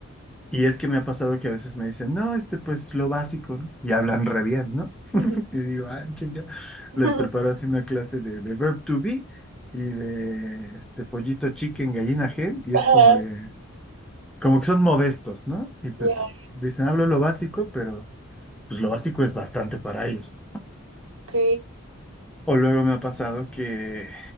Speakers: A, in the centre; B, on the right (about 75°).
A: Y es que me ha pasado que a veces me dicen, no, este pues lo básico, ¿no? Y hablan re bien, ¿no? <laughs>
B: Ujú.
A: Y digo, ah, chinga,
B: <laughs>
A: les preparo así una clase de, de verb to be y de este pollito chicken, gallina hen y
B: Ajá,
A: es como de, como que son modestos, ¿no? Y pues
B: ya,
A: dicen, hablo lo básico, pero... pues lo básico es bastante para ellos.
B: ok.
A: O luego me ha pasado que,